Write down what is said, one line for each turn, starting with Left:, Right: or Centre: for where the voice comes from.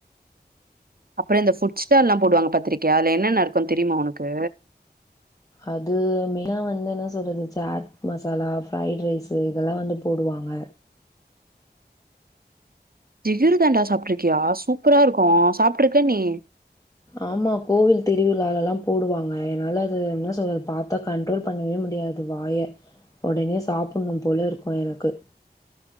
Right: அப்றோ இந்த ஃபுட் ஸ்டால் எல்லா போடுவாங்க பாத்திரிக்கியா அதுல என்னென்ன இருக்கு தெரியுமா உனக்கு
Left: அது மெயினா வந்து என்ன சொல்றது சாட் மசாலா ஃப்ரைட் ரைஸ்சு இதெல்லா வந்து போடுவாங்க
Right: ஜிகர்தண்டா சாப்ட்டுருக்கியா சூப்பரா இருக்கு சாப்ட்ருக்க நீ
Left: ஆமா கோவில் திருவிழாலலா போடுவாங்க என்னால அது என்ன சொல்ல பாத்தா கண்ட்ரோல் பண்ணவே முடியாது வாய உடனே சாப்புண்ணு போல இருக்கு எனக்கு